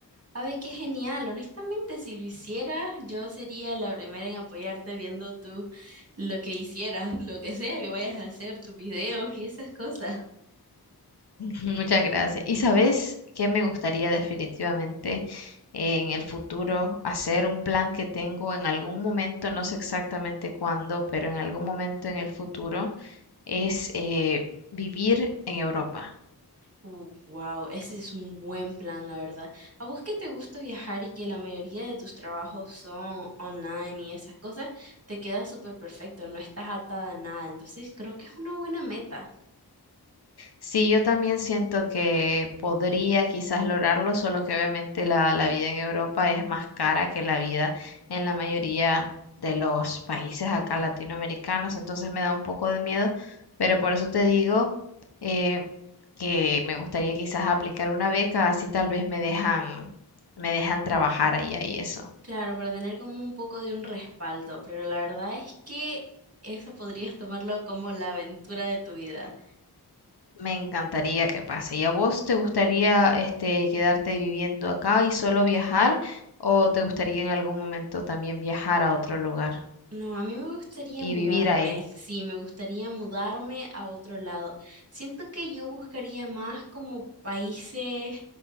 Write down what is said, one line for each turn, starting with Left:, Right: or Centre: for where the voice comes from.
Right: A ver, qué genial. Honestamente, si lo hicieras, yo sería la primera en apoyarte viendo tú lo que hicieras, lo que sea que vayas a hacer, tus videos y esas cosas.
Left: Muchas gracias. ¿Y sabes qué me gustaría definitivamente en el futuro hacer un plan que tengo en algún momento, no sé exactamente cuándo, pero en algún momento en el futuro es eh, vivir en Europa.
Right: Uh, wow, ese es un buen plan, la verdad. ¿A vos que te gusta viajar y que la mayoría de tus trabajos son online y esas cosas, te queda súper perfecto, no estás atada a nada. Entonces, creo que es una buena meta.
Left: Sí, yo también siento que podría quizás lograrlo, solo que obviamente la, la vida en Europa es más cara que la vida en la mayoría de los países acá latinoamericanos, entonces me da un poco de miedo, pero por eso te digo eh, que me gustaría quizás aplicar una beca, así tal vez me dejan, me dejan trabajar allá y eso.
Right: Claro, para tener como un poco de un respaldo, pero la verdad es que eso podrías tomarlo como la aventura de tu vida.
Left: Me encantaría que pase. ¿Y a vos te gustaría este quedarte viviendo acá y solo viajar o te gustaría en algún momento también viajar a otro lugar
Right: No, a mí me gustaría
Left: y
Right: mudarme,
Left: vivir ahí?
Right: sí, me gustaría mudarme a otro lado. Siento que yo buscaría más como países